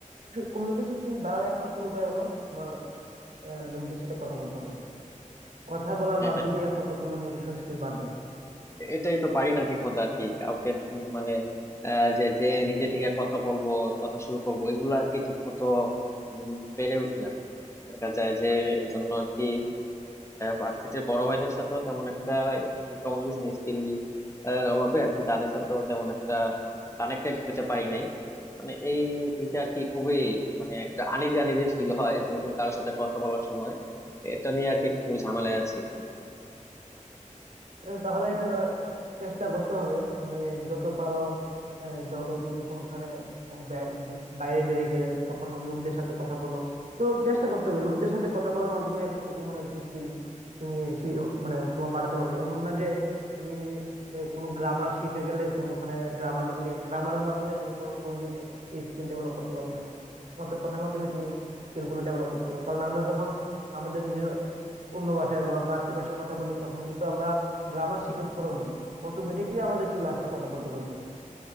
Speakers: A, on the right; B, on the left.
A: কমিউনিকেশন স্কিল বাড়ার একমাত্র উপায় হলো তোমার আহ, লোকদের সাথে কথা বলতে হবে কথা বলার
B: এ-
A: মাধ্যমে
B: এ-
A: একমাত্র কমিউনিকেশন স্কিল বাড়বে
B: এটাই তো পারি না ঠিক মতো আর কি কাউকে উম মানে আহ, যে যে নিজে থেকে কথা বলবো কথা শুরু করবো এগুলা আর কি ঠিক মতো উম, পেরে উঠি না দেখা যায় যে এই জন্য আর কি ভার্সিটির বড় ভাইদের সাথেও তেমন একটা কমিউনিকেশন স্কিল অভাবে আর কি তাদের সাথেও তেমন একটা কানেক্টেড হতে পারি নাই মানে এই এটা আর কি খুবই মানে একটা আনিজি আনিজি ফিল হয় নতুন কারোর সাথে কথা বলার সময় এটা নিয়ে আর কি একটু ঝামেলায় আছি
A: উম, তাহলে এটা চেষ্টা করতে হবে তুমি যত পারো আহ, ধরো তুমি কোনখানে বাই- বাইরে বেরিয়ে গেলে তখন লোকদের সাথে কথা বলো তো চেষ্টা করতে হবে লোকদের সাথে কথা বলার মাধ্যমে একমাত্র কমিউনিকেশন স্কিল তুমি সেই মানে তোমার বাড়াতে পারবে এমন না যে তুমি এ, কোনো গ্রামার শিখে গেলে তুমি ওখানে গ্রামার লিখলে গ্রামারের মাধ্যমে তুমি কোনো- কোনোদিন এই স্কিল ডেভেলপ করতে পারবে না মাত্র কথার মাধ্যমে তুমি স্কিল গুলো ডেভেলপ করতে পারো কারণ আমরা যখন আমাদের নিজের অন্য ভাষায় বা মাতৃভাষায় কথা বলি তখন কিন্তু আমরা গ্রামার শিখে বড় হইনি অটোমেটিকলি আমাদের চলে আসছে কথা বলতে বলতে